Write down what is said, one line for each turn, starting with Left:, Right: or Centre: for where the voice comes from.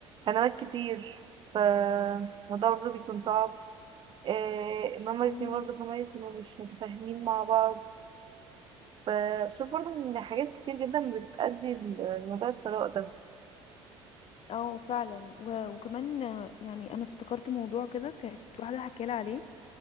Right: قنوات كتير فالموضوع برضه بيكون صعب آه، ان هما الاتنين
Left: مم.
Right: برضه كمان يكونوا مش متفاهمين مع بعض فشوف برضه ان حاجات كتير جدا بتأدي لموضوع الطلاق ده
Left: اه فعلا و... وكمان آه، يعني انا افتكرت موضوع كده كانت واحده حكالي عليه